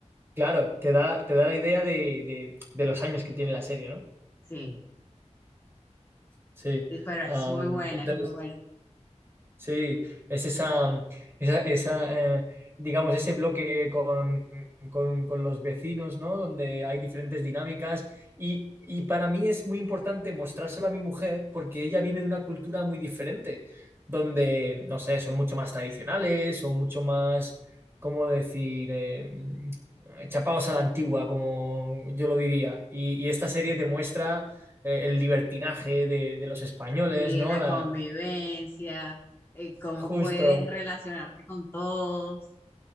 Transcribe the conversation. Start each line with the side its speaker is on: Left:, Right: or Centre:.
Right: claro, te da, te da la idea de, de- de los años que tiene la serie, ¿no?
Left: Sí,
Right: Sí.
Left: Y- pero
Right: Am,
Left: es muy buena,
Right: entonces,
Left: es muy buena.
Right: Sí, es esa, esa, esa, eh, digamos, ese bloque con, con- con los vecinos, ¿no? Donde hay diferentes dinámicas y, y para mí es muy importante mostrárselo a mi mujer porque ella viene de una cultura muy diferente, donde, no sé, son mucho más tradicionales, son mucho más, ¿cómo decir? Eh, mm, chapados a la antigua, como yo lo diría. Y, y esta serie te muestra eh, el libertinaje de, de los españoles,
Left: Sí,
Right: ¿no?
Left: la
Right: La,
Left: convivencia, eh, cómo
Right: justo.
Left: puedes relacionarte con todos.